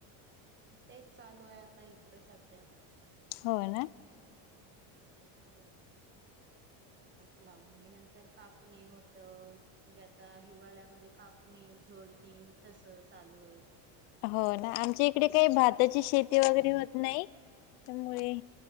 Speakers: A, on the right (about 25°); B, on the left (about 70°).
A: तेचं चालूं आहे आंता इकडे संध्या
B: हो नां
A: हो हांत लावणे नंतर कापणे होतं म्हणजे आंता हिवाळ्यांमध्यें कांपणी झोडंणी तसेच चालूं होईल‌.
B: हो नां आमच्या इकडे कांहीं भातांची शेती वगैरें होतं नाहीं त्यांमुळे